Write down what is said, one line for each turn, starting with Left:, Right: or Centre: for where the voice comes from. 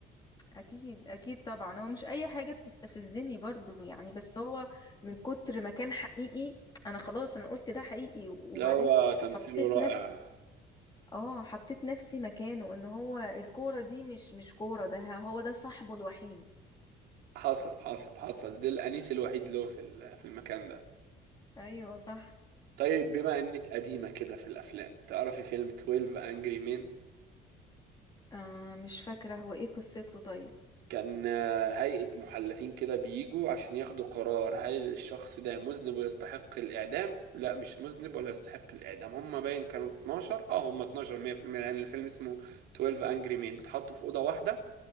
Left: اكيد اكيد طبعا هو مش اي حاجه بتستفزني برضو يعني بس هو من كتر ما كان حقيقي انا خلاص انا قلت ده حقيقي وبعدين
Right: لا هو تمثيله
Left: حطيت
Right: رائع
Left: نفسي اه حطيت نفسي مكانه ان هو الكوره دي مش مش كوره ده هو ده صاحبه الوحيد
Right: حصل حصل حصل ده الانيس الوحيد له في ال- في المكان ده
Left: ايوه صح
Right: طيب بما انك قديمة كده في الافلام تعرفي فيلم 12 Angry Men
Left: آه مش فاكره هو ايه قصته طيب
Right: كان آه، هيئة محلفين كده بيجوا عشان ياخدوا قرار هل الشخص ده مذنب ويستحق الإعدام؟ لا مش مذنب ولا يستحق الإعدام هما باين كانوا 12 اه هما 12 100% لأن الفيلم اسمه 12 Angry Men بيتحطوا في أوضة واحدة